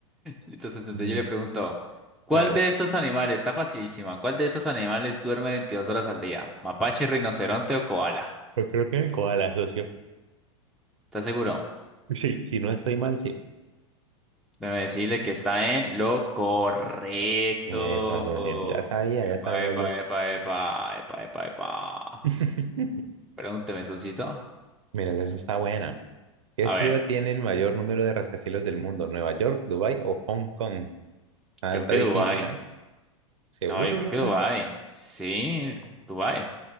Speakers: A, in the centre; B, on the right.
A: Entonces, entonces
B: Mm,
A: yo le pregunto, ¿cuál
B: Hágale.
A: de estos animales, está facilísima, ¿cuál de estos animales duerme 22 horas al día? ¿Mapache, rinoceronte o koala?
B: Yo creo que el koala, socio.
A: ¿Estás seguro?
B: Sí, si no estoy mal, sí.
A: Déjame decirle que está en lo correcto.
B: Epa, socio. Ya sabía,
A: Epa,
B: ya sabía
A: epa,
B: yo.
A: epa, epa, epa, epa, epa.
B: <laughs>
A: Pregúnteme, Sosito.
B: Mira, esa está buena. ¿Qué
A: A
B: ciudad
A: ver,
B: tiene el mayor número de rascacielos del mundo? ¿Nueva York, Dubái o Hong Kong? Ah,
A: creo
B: está
A: que
B: difícil,
A: Dubái.
B: ¿ah? ¿Seguro
A: No, yo creo que
B: eso?
A: Dubái. Sí, Dubái.